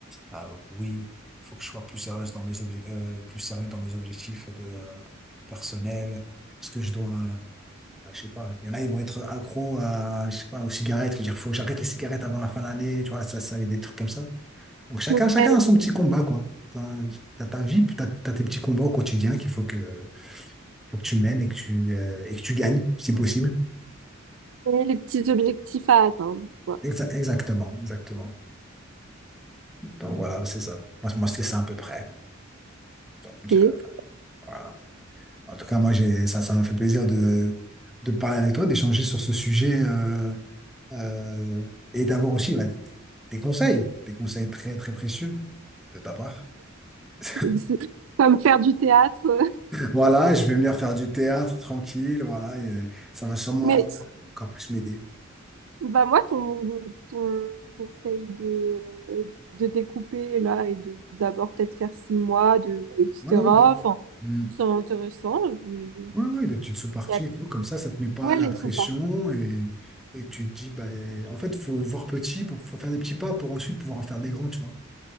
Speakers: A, in the centre; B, on the right.
A: ah, oui, faut que je sois plus sérieuse dans mes obje- euh, plus sérieux dans mes objectifs de, euh, personnels, parce que je dois, euh, je sais pas, il y en a, ils vont être accros à, je sais pas, aux cigarettes, faut dire, faut que j'arrête les cigarettes avant la fin de l'année, tu vois, ça, ça, des trucs comme ça. Donc chacun,
B: Ouais,
A: chacun a son petit combat, quoi. T'as, t'as ta vie, puis t'as, t'as tes petits combats au quotidien qu'il faut que, faut que tu mènes et que tu, euh, et que tu gagnes, si possible.
B: ouais, les petits objectifs à atteindre, quoi.
A: Exa- exactement, exactement. Donc voilà, c'est ça. Moi, moi, c'est ça à peu près. Donc
B: Ok.
A: euh, voilà. En tout cas, moi, j'ai, ça, ça m'a fait plaisir de, de parler avec toi, d'échanger sur ce sujet euh, euh, et d'avoir aussi bah, des, des conseils, des conseils très, très précieux de ta part. <laughs>
B: <laughs> C'est Comme faire du théâtre. <laughs>
A: Voilà, je vais venir faire du théâtre tranquille, voilà, et euh, ça va sûrement
B: Mais
A: encore plus m'aider.
B: Bah moi, ton, ton conseil de, de découper là et de d'abord peut-être faire six mois, de, etc.
A: Oui, oui, des
B: Enfin,
A: Mm.
B: c'est intéressant. Je
A: Ouais, ouais, des petites sous-parties
B: vais...
A: et tout, comme ça, ça te met pas
B: Ouais,
A: la
B: les
A: pression
B: sous pas.
A: et, et tu te dis, bah, euh, en fait, faut voir petit, pour, faut faire des petits pas pour ensuite pouvoir en faire des grands, tu vois.